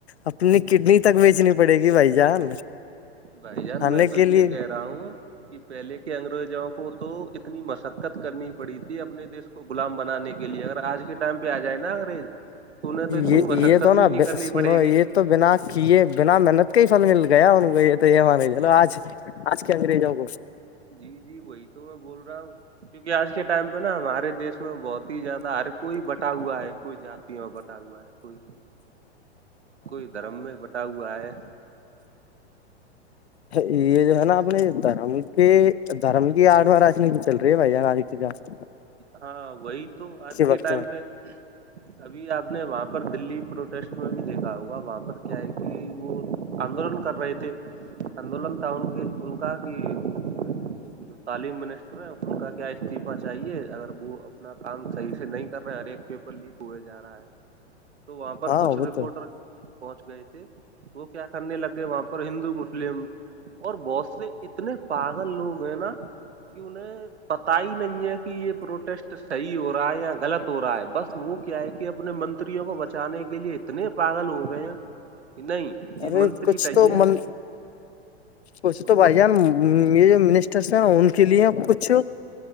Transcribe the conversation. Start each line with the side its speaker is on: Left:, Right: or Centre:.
Left: اپنی کڈنی تک بیچنی پڑے گی بھائی جان
Right: بھائی جان
Left: کھانے
Right: میں تو
Left: کے لیے
Right: یہ کہہ رہا ہوں کہ پہلے کے انگریزوں کو تو اتنی مشقت کرنی پڑی تھی اپنے دیش کو غلام بنانے کے لیے اگر آج کے ٹائم پہ آ جائے نا انگریز تو انہیں تو اتنی
Left: یہ
Right: مشقت
Left: یہ تو
Right: بھی
Left: نا
Right: نہیں کرنی
Left: سنو
Right: پڑے گی
Left: یہ تو بنا کیے بنا محنت کے ہی فھل مل گیا ان کو یہ تو یہ مان چلو آج آج کے انگریج ہو گو
Right: جی جی وہی تو میں بول رہا ہوں کیونک آج کے ٹائم پہ نا ہمارے دیش میں بہت ہی زیادہ ہر کوئی بٹا ہوا ہے کوئی جاتیوں میں بٹا ہوا ہے کوئی کوئی دھرم میں بٹا ہوا ہے
Left: ا یہ جو ہے نا اپنے دھرم کے دھرم کی آڈواں راجنیتی چل رہی ہے بھائییا آال سے
Right: ہاں وہی تو آج کے
Left: وقت
Right: ٹائم
Left: میں
Right: پہ ابھی آپ نے وہاں پر دلی پروٹیسٹ میں بھی دیکھا ہوگا وہاں پر کیا ہے کہ وہ آندولن کر رہے تھے آندولن تھا ان کے ان کا کہ جو تعلیم منسٹر ہیں ان کا کیا استعفہ چاہیے اگر وہ اپنا کام صحیح سے نہیں کر رہے ہر ایک پیپر لیک ہوئے جا رہا ہے تو وہاں پر
Left: ہاں
Right: کچھ
Left: وہ
Right: رپورٹر
Left: تو
Right: پہنچ گئے تھے وہ کیا کرنے لگے وہاں پر ہندو مسلم اور بہت سے اتنے پاگل لوگ ہیں نا کہ انہیں پت ہی نہیں ہے یہ پروٹیسٹ صحیح ہو رہا ہے یا غلط ہو رہا ہے بس وہ کیا ہے کہ اپنے منتریوں کو بچانے کے لیے اتنے پاگل ہو گئے ہیں نہیں یہ
Left: ارے
Right: منتری
Left: کچھ
Right: صحیح
Left: تو
Right: ہے
Left: من کچھ
Right: ان
Left: تو
Right: کو
Left: بھائی جان می سا ان کے لیے کچھ